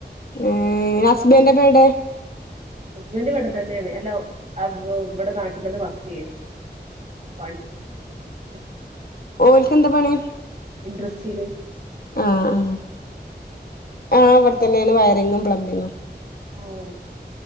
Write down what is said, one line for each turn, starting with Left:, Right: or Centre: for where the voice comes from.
Left: ഏ ഹസ്ബന്റെപ്പ വെടെ
Right: ഹസ്ബന്റ് ഇവടെ തന്നെണ്‌ <unintelligible> വ്ടെ നാട്ടി തന്നെ വർക്ക്‌ ചെയ്യാണ് പണി ഉം എ
Left: ഓൽകെന്താ പണി
Right: ഡ്രെസിംഗ്
Left: ആ ആഹ് ആ ഇവടെ തന്നെണ് വയറിങ്ങും പ്ലബിങ്ങും
Right: ആ ഓ